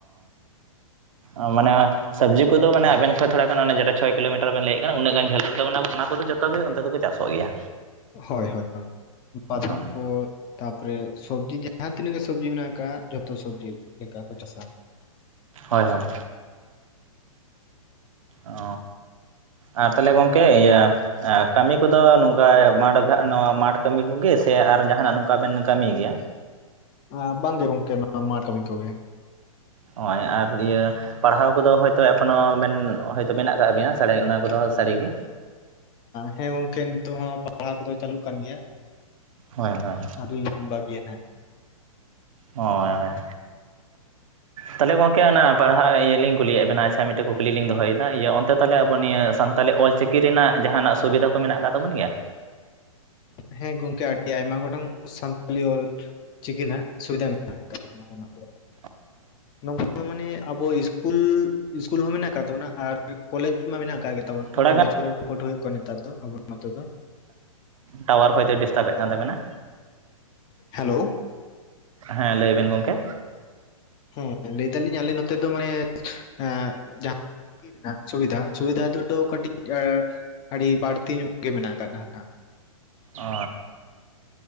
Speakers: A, on the right; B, on the left.
A: ᱚ ᱢᱟᱱᱮ ᱥᱚᱵᱡᱤ ᱠᱚᱫᱚ ᱢᱟᱱᱮ ᱟᱵᱮᱱ ᱠᱷᱚᱱ ᱛᱷᱚᱲᱟ ᱠᱷᱟᱱᱮ ᱡᱮᱴᱟ ᱪᱷᱚᱭ ᱠᱤᱞᱳᱢᱤᱴᱟᱨ ᱵᱮᱱ ᱞᱟᱹᱭᱮᱫ ᱠᱟᱱᱟ ᱩᱱᱟᱹ ᱜᱟᱱ ᱡᱷᱟᱹᱞ ᱨᱮᱫᱚ ᱚᱱᱟ ᱠᱚ ᱡᱚᱛᱚ ᱛᱚᱵᱮ ᱚᱱᱛᱮ ᱫᱚᱠᱚ ᱪᱟᱥᱚᱜ ᱜᱮᱭᱟ
B: ᱦᱳᱭ ᱦᱳᱭ ᱵᱟᱫᱟᱢ
A: ᱦᱳᱭ
B: ᱠᱚ ᱛᱟᱯᱚᱨᱮ ᱥᱚᱵᱡᱤ ᱡᱟᱦᱟᱸ ᱛᱤᱱᱟᱹᱜ ᱜᱮ ᱥᱚᱵᱽᱡᱤ ᱢᱮᱱᱟᱜ ᱟᱠᱟᱫ ᱡᱷᱚᱛᱚ ᱥᱚᱵᱡᱤ ᱞᱮᱠᱟ ᱠᱚ ᱪᱟᱥᱟ
A: ᱦᱳᱭ ᱦᱳᱭ ᱚ ᱟᱨ ᱛᱟᱦᱚᱞᱮ ᱜᱚᱢᱠᱮ ᱤᱭᱟᱹ ᱠᱟᱹᱢᱤ ᱠᱚᱫᱚ ᱱᱚᱝᱠᱟ ᱢᱟᱴ ᱱᱚᱣᱟ ᱢᱟᱴᱷ ᱠᱟᱹᱢᱤ ᱠᱚᱜᱮ ᱥᱮ ᱟᱨ ᱡᱟᱦᱟᱱᱟᱜ ᱱᱚᱝᱠᱟ ᱵᱮᱱ ᱠᱟᱹᱢᱤ ᱜᱮᱭᱟ
B: ᱟᱨ ᱵᱟᱝ ᱜᱮ ᱜᱚᱝᱠᱮ ᱱᱣᱟ ᱢᱟᱴ ᱠᱟᱢᱤ ᱠᱚᱜᱮ
A: ᱱᱚᱜᱼᱚᱭ ᱟᱨ ᱤᱭᱟᱹ ᱯᱟᱲᱦᱟᱣ ᱠᱚᱫᱚ ᱦᱳᱭᱛᱳ ᱮᱠᱷᱚᱱᱳ ᱢᱮᱱ ᱦᱚᱭᱛᱳ ᱢᱮᱱᱟᱜ ᱟᱠᱟᱟᱜ ᱵᱤᱱᱟ ᱚᱱᱟ ᱠᱚᱫᱚ ᱥᱟᱹᱨᱤᱜ ᱜᱮ
B: ᱦᱮᱸ ᱜᱚᱝᱠᱮ ᱱᱤᱛᱚᱜ ᱦᱚᱸ ᱯᱟᱲᱦᱟᱣ ᱠᱚᱫᱚ ᱪᱟᱹᱞᱩᱜ ᱠᱟᱱ ᱜᱮᱭᱟ
A: ᱦᱳᱭ ᱦᱳᱭ
B: ᱟᱰᱤᱭ ᱵᱟᱹᱜᱭᱱᱟ
A: ᱦᱳᱸᱭ ᱛᱟᱦᱚᱞᱮ ᱜᱚᱢᱠᱮ ᱚᱱᱟ ᱯᱟᱲᱦᱟᱜ ᱤᱭᱟᱹ ᱞᱤᱧ ᱠᱩᱞᱤᱭᱮᱫ ᱵᱮᱱᱟ ᱟᱪᱪᱷᱟ ᱢᱤᱫᱴᱮᱱ ᱠᱩᱠᱞᱤ ᱞᱤᱧ ᱫᱚᱦᱚᱭᱮᱫᱟ ᱤᱭᱟᱹ ᱛᱟᱦᱚᱞᱮ ᱟᱵᱚ ᱱᱤᱭᱟᱹ ᱥᱟᱱᱟᱞᱤ ᱚᱞᱪᱤᱠᱤ ᱨᱮᱱᱟᱜ ᱡᱟᱦᱟᱱᱟᱜ ᱥᱩᱵᱤᱫᱷᱟ ᱠᱚ ᱢᱮᱱᱟᱜ ᱟᱠᱟᱫ ᱛᱟᱵᱚᱱ ᱜᱮᱭᱟ
B: ᱦᱮᱸ ᱜᱚᱝᱠᱮ ᱟᱹᱰᱤ ᱟᱭᱢᱟ ᱜᱚᱴᱟᱝ ᱥᱟᱱᱛᱟᱞᱤ ᱚᱞ ᱪᱤᱠᱤᱱᱟᱜ ᱥᱩᱵᱤᱫᱟ ᱢᱮᱱᱟᱜ ᱟᱠᱟᱫ <unintelligible>
A: <inaudible>
B: ᱱᱚᱝᱠᱟ ᱢᱟᱱᱮ ᱟᱵᱚ ᱤᱥᱠᱩᱞ ᱤᱥᱠᱩᱞ ᱦᱚᱸ ᱢᱮᱱᱟᱜ ᱟᱠᱟᱫ ᱛᱟᱵᱚᱱᱟ ᱟᱨ ᱠᱚᱞᱮᱡᱽ ᱢᱟ ᱢᱮᱱᱟᱜ ᱟᱠᱟᱟᱜ ᱜᱮ ᱛᱵᱚᱱᱟ
A: ᱛᱷᱚᱲᱟ
B: ᱠᱚᱞᱮᱡᱽ
A: ᱜᱟᱱ
B: ᱠᱚᱨᱮ ᱦᱚᱠᱚ ᱯᱟᱹᱴᱷᱣᱟᱹ ᱭᱩᱜ ᱠᱚ ᱠᱟᱱᱟ ᱱᱮᱛᱟᱨ ᱫᱚ ᱟᱵᱚᱛᱚ ᱫᱚ
A: ᱴᱟᱣᱟᱨ ᱦᱚᱭᱛᱳ ᱰᱤᱥᱴᱟᱵ ᱮᱫ ᱠᱟᱱ ᱛᱟᱵᱮᱱᱟ
B: ᱦᱮᱞᱳ
A: ᱦᱮᱸ ᱞᱟᱹᱭᱵᱤᱱ ᱜᱚᱢᱠᱮ
B: ᱦᱮᱸ ᱞᱟᱹᱭ ᱫᱟᱞᱤᱧ ᱟᱞᱮ ᱱᱚᱛᱮ ᱫᱚ ᱢᱟᱱᱮ ᱮ ᱡᱟᱦᱟᱸ ᱨᱮᱱᱟᱜ ᱥᱩᱵᱤᱫᱷᱟ ᱥᱩᱵᱤᱫᱷᱟ ᱫᱚ ᱠᱟᱹᱴᱤᱡ ᱟᱹᱰᱤ ᱵᱟᱹᱲᱛᱤ ᱧᱚᱜ ᱜᱮ ᱢᱮᱱᱟᱜ ᱟᱠᱟᱫᱟ
A: ᱚ